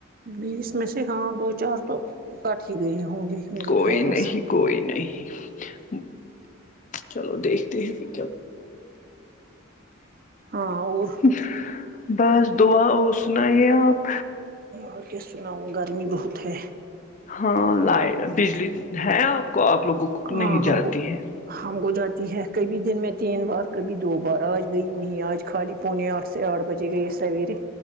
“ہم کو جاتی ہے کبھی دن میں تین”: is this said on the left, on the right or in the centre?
Right